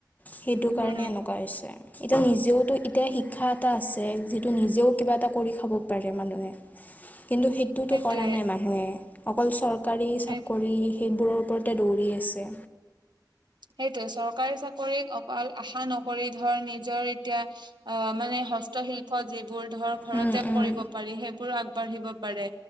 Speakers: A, on the left; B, on the right.
A: সেইটো
B: উম
A: কাৰণে এনেকুৱা হৈছে, এতিয়া নিজেওটো এতিয়া শিক্ষা এটা আছে যিটো নিজেও কিবা এটা কৰি খাব পাৰে মানুহে কিন্তু সেইটোতো
B: সেইটোয়ে
A: কৰা নাই মানুহে অকল চৰকাৰী চাকৰি
B: সেই
A: সেইবোৰৰ <unintelligible> দৌৰি আছে।
B: সেইটোয়ে চৰকাৰী চাকৰি অকল আশা নক কৰি ধৰ নিজৰ এতিয়া অ মানে হস্তশিল্প য বোৰ ধৰ ঘৰতে
A: উম উম
B: কৰিব পাৰি সেইবোৰ আগবাঢ়িব পাৰে